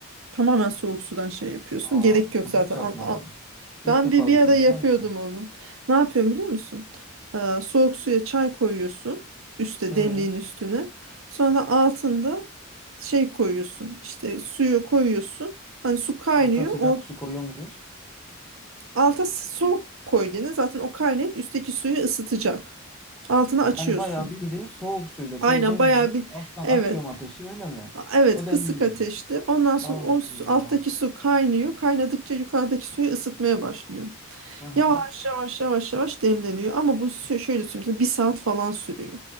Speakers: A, on the right; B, in the centre.
A: Tamamen soğuk sudan şey yapıyorsun.
B: Aa,
A: Gerek
B: bunu
A: yok zaten.
B: hiç yapmadım.
A: An, an-
B: İlk
A: Ben
B: defa
A: bir, bir
B: duydum
A: ara yapıyordum
B: biliyor musun?
A: onu. Ne yapıyorum biliyor musun? Ee, soğuk suya çay koyuyorsun. Üste
B: Ee?
A: demliğin üstüne. Sonra altında şey koyuyorsun. İşte suyu koyuyorsun. Hani su kaynıyor.
B: Alta sıcak
A: O
B: su koyuyor muyuz?
A: alta soğuk koy gene. Zaten o kaynayıp üstteki suyu ısıtacak. Altını açıyorsun.
B: Yani bayağı bildiğin soğuk suyla
A: Aynen
B: çayı demliyorum.
A: bayağı bir
B: Alttan
A: evet.
B: açıyorum ateşi öyle mi?
A: A- Evet
B: O
A: kısık
B: demleniyor.
A: ateşte. Ondan sonra
B: Allah
A: o su- alttaki
B: Allah.
A: su kaynıyor. Kaynadıkça yukarıdaki suyu ısıtmaya başlıyor.
B: Aha.
A: Yavaş yavaş yavaş yavaş demleniyor. Ama bu sü- şöyle söyleyeyim sana, bir saat falan sürüyor.